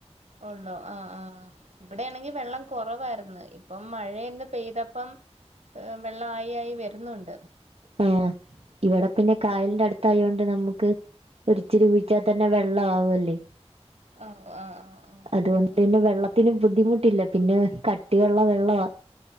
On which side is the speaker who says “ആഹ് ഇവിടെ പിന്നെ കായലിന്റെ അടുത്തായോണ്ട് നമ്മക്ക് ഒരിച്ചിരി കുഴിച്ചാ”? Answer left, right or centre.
Right